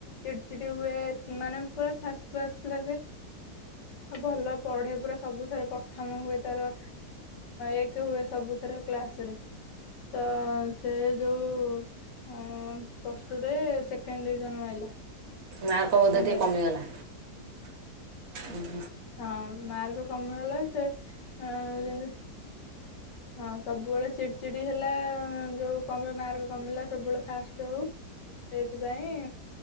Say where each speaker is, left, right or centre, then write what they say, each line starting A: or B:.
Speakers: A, on the left; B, on the right.
A: ଚିଟି ଚିଟି ହୁଏ। ମାନେ ପୁରା ଫାଷ୍ଟ କ୍ସ ଥିଲା। ସେ ଭଲ ପଢେ ପୁରା ସବୁଥର ପ୍ରଥମ ହୁଏ। ତାର ଏକ ହୁଏ ସବୁଥର କ୍ଲାସରେ ତ ସେ ଯୋଉ ପସଟୁରେ ସେକେଣ୍ଡ ଡିଭିଜନ ମାଇଲା।
B: ମାର୍କ ବୋଧ ଟିକେ
A: ହେଲା
B: କମିଗଲା। ହୁଁ।
A: ହଁ ମାର୍କ କମିଗଲା ସେ ଯେମିତି ହଁ ସବୁବେଳେ ଚିଡିଚିଡି ହେଲା ଯୋଉ କମ ମାର୍କ କମିଲା ସବୁବେଳେ ଫାଷ୍ଟ ହଉ ସେଇଥିପାଇଁ